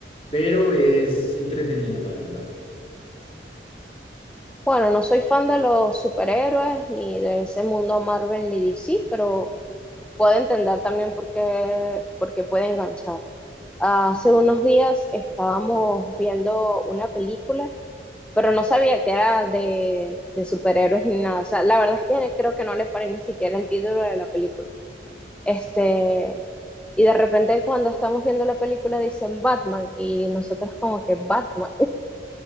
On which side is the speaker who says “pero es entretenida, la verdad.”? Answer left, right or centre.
Left